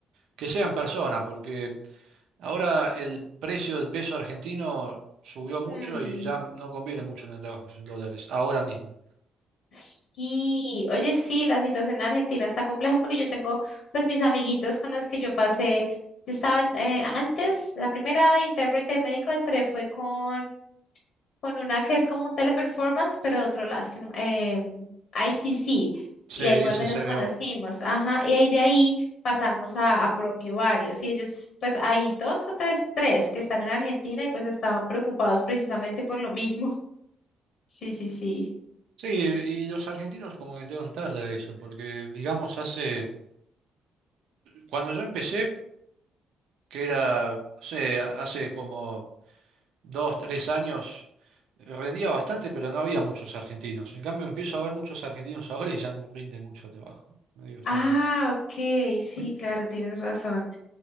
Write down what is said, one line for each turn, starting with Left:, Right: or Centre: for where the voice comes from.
Right: que sea en persona, porque. Ahora el precio del peso argentino subió mucho
Left: Mm.
Right: y ya no conviene mucho tener trabajos en dólares, ahora mismo.
Left: Sí, oye, sí, la situación en Argentina está compleja porque yo tengo pues mis amiguitos con los que yo pasé, yo estaba en- eh, antes, la primera de intérprete médico entré fue con, con una que es como un teleperformance, pero de otro lado, es que no- em, ICC,
Right: Se
Left: y ahí
Right: dice
Left: fue donde nos
Right: CBO.
Left: conocimos, ajá, y ahí de ahí pasamos a, a propio varios, y ellos pues hay dos o tres, tres que están en Argentina y pues estaban preocupados precisamente por lo mismo. <laughs> Sí, sí, sí.
Right: Sí, y los argentinos como que entraron tarde a eso, porque digamos hace, cuando yo empecé, que era, no sé, hace como dos, tres años, rendía bastante, pero no había muchos argentinos. En cambio empiezo a ver muchos argentinos ahora y ya no rinde mucho trabajo. Medio extraño.
Left: Ah, ok, sí, claro, tienes razón.